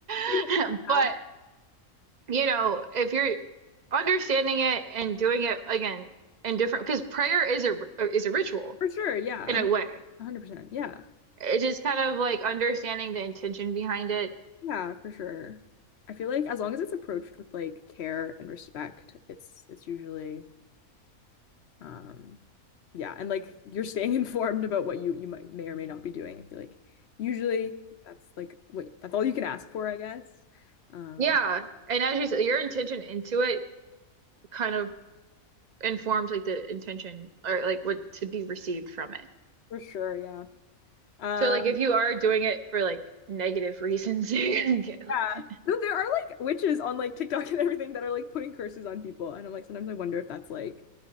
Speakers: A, on the left (about 60°); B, on the right (about 40°).
A: <laughs>
B: <laughs>
A: Yeah.
B: but you know, if you're understanding it and doing it again in different because prayer is a is a ritual
A: For sure. Yeah.
B: in
A: a
B: a
A: hun-
B: way.
A: a hundred percent. Yeah.
B: It's just kind of like understanding the intention behind it
A: Yeah, for sure. I feel like as long as it's approached with like care and respect, it's it's usually Um, yeah, and like you're staying <laughs> informed about what you you might may or may not be doing. I feel like usually that's like what that's all you can ask for, I guess. Um,
B: Yeah, and as you said, your intention into it kind of informs like the intention or like what to be received from it.
A: for sure, yeah. Uh,
B: So like if you are doing it for like negative reasons, <laughs> you're gonna get like,
A: yeah.
B: <laughs>
A: No, there are like witches on like TikTok and everything that are like putting curses on people, and I'm like sometimes I wonder if that's like